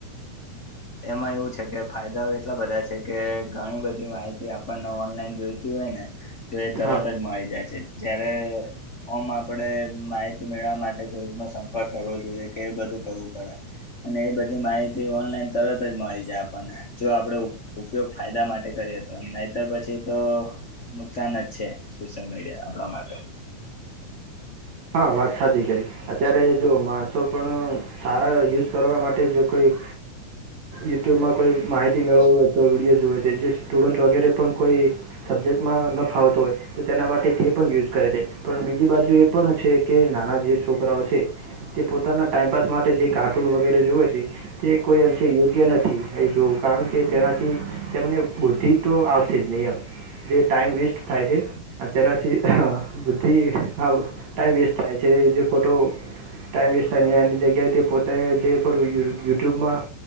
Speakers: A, on the left (about 70°); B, on the right (about 65°).
A: એમાં એવું છે કે ફાયદાઓ એટલા બધા છે કે ઘણી બધી માહિતી આપ- પણે ઓનલાઈન જોઈતી હોય ને તો એ તરત
B: હા
A: જ મળી જાય છે જ્યારે ઓમ આપણેે માહિતી મેળવવા માટે કોઈ ન સંપર્ક કરવો જોઈએ કે એ બધું કરવું પડે. અને એ બધી માહિતી ઓનલાઈન- તરત જ મળી જાય આપણને, જો આપડે ઉપયોગ ફાયદા માટે કરીએ તો. નહીંતર પછી તો નુકસાન જ છે સોશિયલ મીડિયા આપણા માટે.
B: <unintelligible> હા, વાત સાચી કરી. અત્યારે જો માણસો પણ સારા યુઝ કરવા માટે જો કોઈ યુટ્યુબમાં કોઈ માહિતી મેળવું હોય તો વિડીયો જોવે છે જે સ્ટુડન્ટ વગેરે પણ કોઈ- કો સબ્જેક્ટમાં ન ફાવતો હોય તો તેના માટે તે પણ યુઝ કરે છે પણ બીજી બાજુ એ- પણ છે કે નાના જે છોકરાઓ છે. તે પોતાના ટાઈઇમપાસ માટે જે કાર્ટૂન વગેરે જોવે છે તે કોઈ અંશે યોગ્ય નથી એ જોવુ કારણ કે તેનાથી તેમને બુદ્ધિ તો આવશે જ નઈ એમ જે ટાઈમ વેસ્ટ થાય છે અને તેનાથી બુદ્ધિ આ ટાઈમ વેસ્ટ થાય છે જે ખોટો- ટાઈમ વેસ્ટ થાય ન એની જગ્યાએ તે પોતા જે પણય યુટ્યુબમાં.